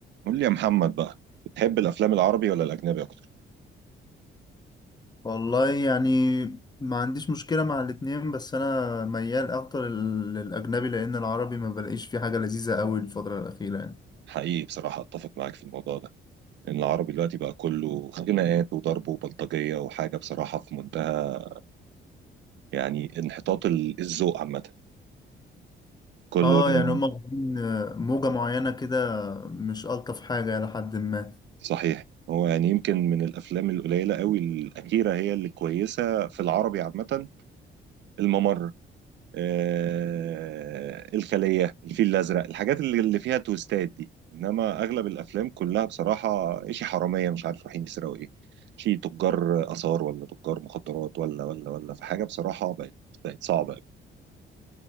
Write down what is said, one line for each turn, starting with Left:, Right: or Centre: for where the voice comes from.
Right: قول لي يا محمد بقى بتحب الافلام العربي ولا الاجنبي اكتر
Left: والله يعني ما عنديش مشكلة مع الاتنين بس أنا ميال أكتر لل- للأجنبي لأن العربي ما بلاقيش فيه حاجة لذيذة أوي الفترة الأخيرة يعني
Right: حقيقي بصراحه اتفق معاك في الموضوع ده لان العربي دلوقتي بقى كله خناقات وضرب وبلطجيه وحاجه بصراحه في منتهى يعني انحطاط ال- الذوق عامه كله
Left: اه
Right: يعني
Left: يعني هما واخدين موجة معينة كده مش ألطف حاجة إلى حد ما
Right: صحيح هو يعني يمكن من الافلام القليله قوي الاخيره هي اللي كويسه في العربي عامه الممر آه، الخلية الفيل الأزرق الحاجات اللي اللي فيها تويستات دي إنما أغلب الأفلام كلها بصراحة إشي حرامية مش عارف رايحين يسرقوا إيه شي تجار آثار ولا تجار مخدرات ولا ولا ولا في حاجة بصراحة بقت بقت صعبة أوي.